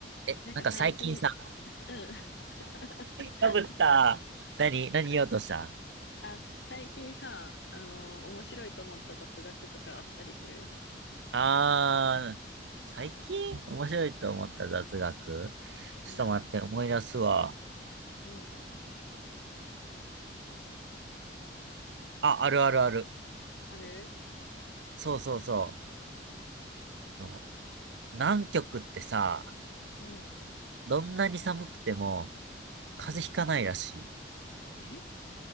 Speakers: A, on the right (about 75°); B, on the left (about 70°).
A: え、
B: なんか最近、
A: なんか最近さ、<laughs>
B: うん。<laughs>
A: かぶった。何、何言おうとした
B: あ、最近さ、あの、面白いと思った雑学とかあったりする
A: あー、最近面白いと思った雑学ちょっと待って、
B: うん、
A: 思い出すわ。
B: うん。
A: あ、あるあるある。
B: ある
A: そうそうそう。あの、南極ってさ、
B: うん、
A: どんなに寒くても風邪ひかないらし
B: うん。え